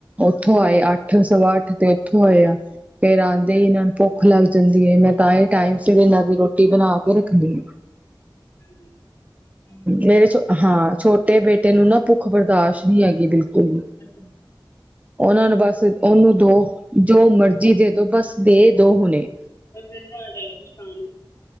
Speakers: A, on the right; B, on the left.
A: ਉੱਥੋਂ
B: ਹਾਂਜੀ।
A: ਆਏ ਅੱਠ ਸਵਾ ਅੱਠ ਤੇ ਉੱਥੋਂ ਆਏ ਆ ਫੇਰ ਆਦੇ
B: ਹਾਂਜੀ
A: ਹੀ ਇਹਨਾਂ ਨੂੰ ਭੁੱਖ ਭੁੱਖ ਲੱਗ ਜਾਂਦੀ ਹੈ ਮੈਂ ਤਾਂ ਹੀ ਟਾਈਮ ਸਿਰ ਇਹਨਾਂ ਦੀ ਰੋਟੀ ਬਣਾ ਕੇ ਰੱਖਦੀ ਹਾਂ।
B: <unintelligible> ਹੂੰ
A: ਮੇਰੇ ਛੋ
B: ਠੀਕ ਐ।
A: ਹਾਂ ਛੋਟੇ ਬੇਟੇ ਨੂੰ ਨਾ ਭੁੱਖ ਬਰਦਾਸ਼ਤ ਨਹੀਂ ਹੈਗੀ ਬਿਲਕੁਲ ਹਮ-
B: ਅੱਛਾ
A: ਉਹਨਾਂ ਨੂੰ ਬਸ ਉਹਨੂੰ ਦੋ, ਜੋ ਮਰਜ਼ੀ ਦੇ ਦੋ ਬਸ ਦੇ ਦੋ ਹੁਣੇ
B: ਪਰ ਮਿਲਦਾ ਨਹੀਂ ਕੁੱਛ ਖਾਣ ਨੂੰ